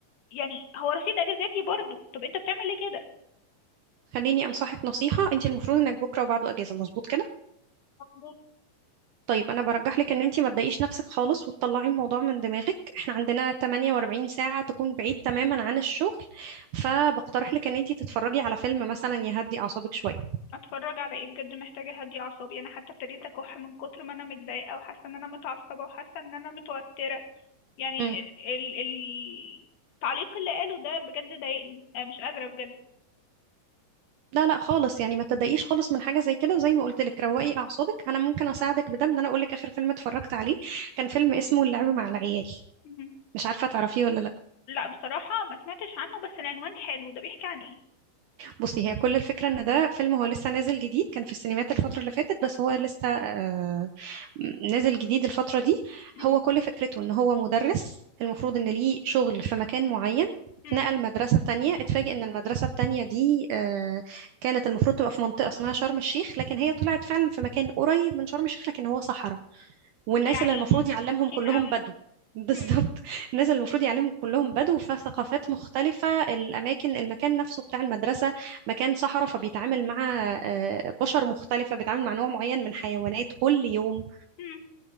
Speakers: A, on the left (about 65°); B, on the right (about 80°).
A: يعني هو رصيد اجازاتي برضو طب انت بتعمل ليه
B: خليني انصحك نصيحة انت المفروض انك بكرة وبعده اجازة مظبوط كده
A: كده
B: طيب انا برجح لك ان انت ما تضايقيش نفسك خالص وتطلعي الموضوع من دماغك احنا عندنا 48 ساعة تكون بعيد تماما عن الشغل فبقترح لك ان انت تتفرجي على فيلم مثلا يهدي اعصابك شوية
A: اتفرج على ايه بجد محتاجه اهدي اعصابي انا حتى ابتديت اكح من كتر ما انا متضايقه وحاسه ان انا متعصبه وحاسه ان انا متوتره يعني
B: امم
A: ال ال التعليق اللي قاله ده بجد ضايقني أنا مش قادره بجد
B: لا لا خالص يعني ما تضايقيش خالص من حاجة زي كده وزي ما قلت لك روقي اعصابك انا ممكن اساعدك بده ان انا اقول لك اخر فيلم اتفرجت عليه كان فيلم اسمه اللعب مع العيال
A: مهم.
B: مش عارفة تعرفيه ولا لا
A: لا بصراحه ما سمعتش عنه بس العنوان حلو ده بيحكي عن ايه
B: بصي هي كل الفكرة ان ده فيلم هو لسه نازل جديد كان في السينمات الفترة اللي فاتت بس هو لسه آه، نازل جديد الفترة دي
A: مهم.
B: هو كل فكرته ان هو مدرس المفروض ان ليه شغل في مكان معين
A: مم.
B: اتنقل مدرسة تانية اتفاجئ ان المدرسة التانية دي آه، كانت المفروض تبقى في منطقة اسمها شرم الشيخ لكن هي طلعت فعلا في مكان قريب من شرم الشيخ لكن هو صحراء والناس
A: يا عيني
B: اللي المفروض يعلمهم
A: مسكين
B: كلهم
A: قوي
B: بدو <laughs> بالظبط
A: مم.
B: الناس اللي المفروض يعلمهم كلهم بدو فثقافات مختلفة الأماكن المكان نفسه بتاع المدرسة مكان صحراء فبيتعامل مع آه، بشر مختلفة بيتعامل مع نوع معين من حيوانات كل يوم
A: مم.